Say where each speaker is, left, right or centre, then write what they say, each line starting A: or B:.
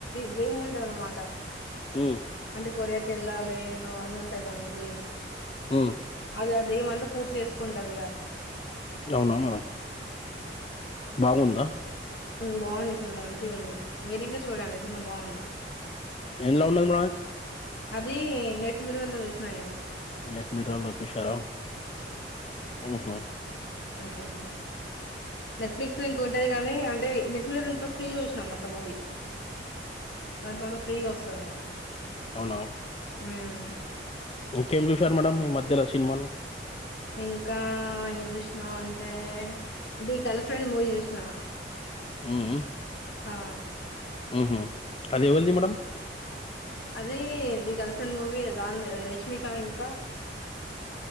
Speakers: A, on the left; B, on the left.
A: డ్రీమ్ ఉంటది అన్నమాట
B: హ్మ్
A: అంటే కొరియాక వెళ్లాలి ను అని ఉంటాయి దానికి డ్రీమ్
B: హ్మ్
A: అది ఆ డ్రీమ్ అంత పూర్తి చేసుకుంటుందిగా
B: అవునా మేడం బాగుందా
A: బాగుంది సినిమా మంచిగా ఉంది మీరు ఇంకా చూడండి సినిమా బాగుంది
B: ఎల్ల ఉన్నది మేడం
A: అది నెట్ మిర్రర్ లో చూసినా నేను
B: నెట్ మిర్రర్ లో చూశారా ఆహా
A: మంచిగా ఉంది నెట్ఫ్లిక్స్ ఇంక ఉంటేది కానీ అంటే నెట్ంతో ఫ్రీగా చూసినాం మొత్తం మూవీ దాంట్లో అంతా ఫ్రీగా వస్తది
B: అవునావు
A: హ్మ్
B: ఇకేం చూసారు మేడం ఈ మధ్యలో సినిమాలు?
A: ఇంకా టీవీ చూస్ చూ అంటే ఇది గర్ల్ ఫ్రెండ్ మూవీ చూసినా
B: ఉమ్
A: ఆ
B: ఉ ఉమ్ అది ఎవరిది మేడం
A: అదే ది గర్ల్ ఫ్రెండ్ మూవీ దానిది రెష్మిక ఇన్